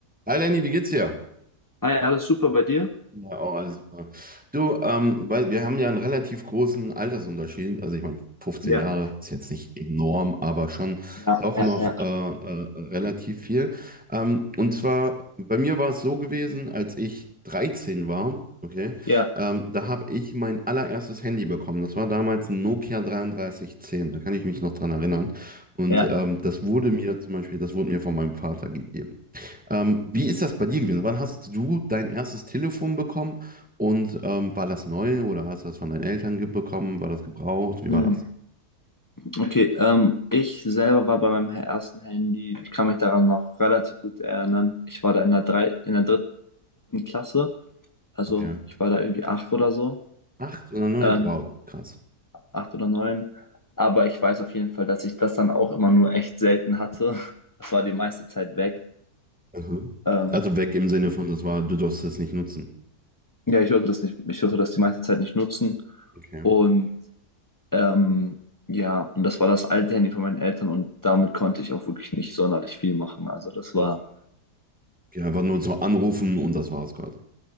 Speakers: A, in the centre; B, on the left (about 25°).
A: Hi Lenny, wie geht's dir?
B: Ah ja, alles super bei dir?
A: Ja, Ja. auch alles super. Du, ähm, weil wir haben ja einen relativ großen Altersunterschied. Also ich meine, 15
B: Ja,
A: Jahre ist jetzt nicht enorm, aber schon
B: ja,
A: doch
B: ja,
A: noch
B: ja,
A: äh, äh, relativ viel. Ähm, und zwar, bei mir war es so gewesen, als ich 13 war, okay,
B: ja,
A: ähm, da habe ich mein allererstes Handy bekommen. Das war damals ein Nokia 3310, da kann ich mich noch dran erinnern. Und
B: ja.
A: ähm, das wurde mir zum Beispiel, das wurde mir von meinem Vater gegeben. Ähm, wie ist das bei dir gewesen? Wann hast du dein erstes Telefon bekommen und ähm, war das neu oder hast du das von deinen Eltern ge- bekommen? War das gebraucht? Wie
B: Hm,
A: war das?
B: Okay, ähm, ich selber war bei meinem ersten Handy, ich kann mich daran noch relativ gut erinnern. Ich war da in der drei, in der dritten Klasse, also
A: Okay.
B: ich war da irgendwie acht oder so,
A: Acht oder neun?
B: ähm,
A: Wow, krass.
B: acht oder neun. Aber ich weiß auf jeden Fall, dass ich das dann auch immer nur echt selten hatte. Das war die meiste Zeit weg.
A: Mhm.
B: Ähm,
A: Also weg im Sinne von, das war, du darfst das nicht nutzen.
B: ja, ich durfte das nicht, ich durfte das die meiste Zeit nicht nutzen.
A: Okay.
B: Und Ähm, ja, und das war das alte Handy von meinen Eltern und damit konnte ich auch wirklich nicht sonderlich viel machen. Also das
A: Das,
B: war
A: ja, einfach nur so anrufen und das war's quasi.